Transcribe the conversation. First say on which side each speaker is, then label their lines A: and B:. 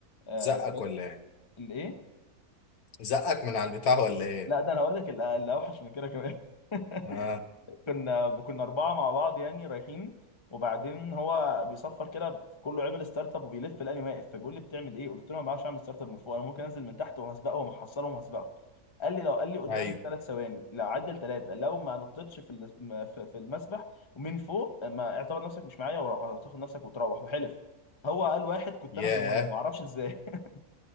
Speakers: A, on the left; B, on the left.
A: آه...
B: زقك
A: كان
B: ولا ايه
A: الايه
B: زقك من على البتاع ولا ايه
A: لا ده انا هقول لك ال- اللي اوحش من كده كمان <laughs>
B: اه
A: كنا كنا اربعه مع بعض يعني رايحين وبعدين هو بيصفر كده في كله عمل ستارت اب وبيلف لاني واقف فبيقول لي بتعمل ايه قلت له ما بعرفش اعمل ستارت اب من فوق انا ممكن انزل من تحت وهسبقه ومحصله وهسبقه قال لي لو قال لي قدامك
B: ايوه
A: ثلاث ثواني لا عدل ثلاثه لو ما نطيتش في ال- م- في في المسبح ومن فوق ما اعتبر نفسك مش معايا وتاخد نفسك وتروح وحلف هو قال واحد كنت
B: ياه
A: انا في الميه ما اعرفش ازاي <laughs>